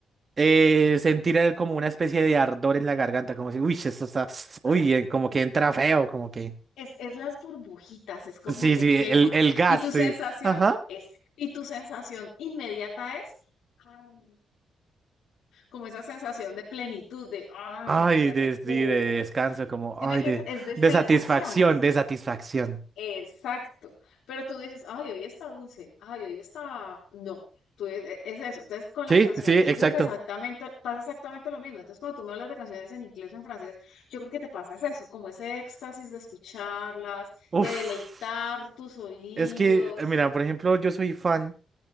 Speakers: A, on the right (about 30°); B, on the left (about 80°).
A: eh, sentir el- como una especie de ardor en la garganta, como si, uy, esto está,
B: Está-
A: uy, eh, como que entra feo, como que.
B: Es, es las burbujitas, es como
A: Sí,
B: te
A: sí,
B: quema.
A: el, el gas,
B: Y tu
A: sí.
B: sensación
A: Ajá.
B: es, y tu sensación inmediata es, "Ay, no". como esa sensación de plenitud, de, ah,
A: Ay,
B: qué
A: de,
B: rico.
A: sí, de descanso, como,
B: ¿Sí
A: ay,
B: me entiendes?
A: de,
B: Es de
A: de
B: sensaciones.
A: satisfacción, de satisfacción.
B: Exacto. Pero tú dices, ay, hoy está dulce, ay, hoy está... No, tú es, es eso. Entonces, con
A: Sí,
B: las canciones,
A: sí,
B: yo
A: exacto.
B: creo que exactamente, pasa exactamente lo mismo. Entonces, cuando tú me hablas de canciones en inglés o en francés, yo creo que te pasa es eso, como ese éxtasis de escucharlas,
A: Uf,
B: de deleitar tus oídos.
A: es que, eh, mira, por ejemplo, yo soy fan